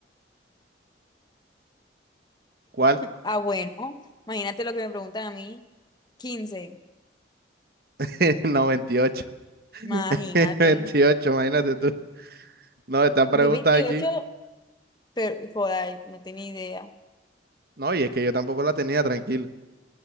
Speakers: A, on the right (about 50°); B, on the left (about 20°).
A: ¿Cuál?
B: Ah, bueno. Imagínate lo que me preguntan a mí. Quince.
A: <laughs> No, 28.
B: Imagínate.
A: <laughs> 28. imagínate tú. No, esta pregunta
B: Hay 28.
A: aquí.
B: pero joda, no tenía idea.
A: No, y es que yo tampoco la tenía, tranquilo.